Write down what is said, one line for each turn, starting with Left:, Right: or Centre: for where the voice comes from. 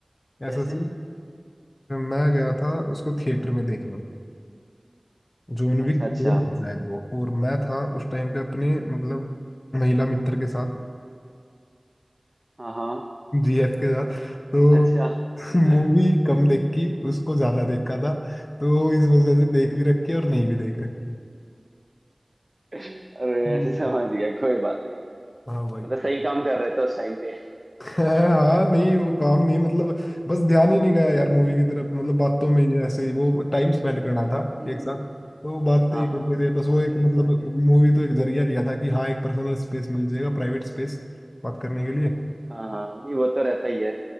Right: कैसे
Left: ऐसा सीन मैं गया था उसको थिएटर में देखने जोनवी
Right: अच्छा
Left: कपूर
Right: अच्छा
Left: था शायद वो और मैं था उस टाइम पे अपने मतलब महिला मित्र के साथ
Right: हाँ हाँ
Left: जीएफ के साथ तो
Right: अच्छा अरे
Left: <laughs> मूवी कम देखी उसको ज्यादा देखा था तो इस वजह से देख भी रखी और नहीं भी देख रखी
Right: ऐसे
Left: हम्म।
Right: समझ गया कोई बात नहीं
Left: हाँ भाई
Right: मतलब सही काम कर रहे थे उस टाइम पे
Left: <laughs> हाँ नहीं वो काम नहीं है, मतलब बस ध्यान ही नहीं गया यार मूवी की तरफ मतलब बातों में ही ऐसे ही वो टाइम स्पेंड करना था
Right: हम्म,
Left: एक साथ तो बातें
Right: हाँ
Left: ही
Right: हाँ
Left: करते रहे बस वो
Right: ओके
Left: एक मतलब
Right: समझ गया
Left: मूवी तो एक जरिया लिया था कि हाँ एक पर्सनल स्पेस मिल जाएगा प्राइवेट स्पेस बात करने के लिए
Right: हाँ हाँ नहीं वो तो रहता ही है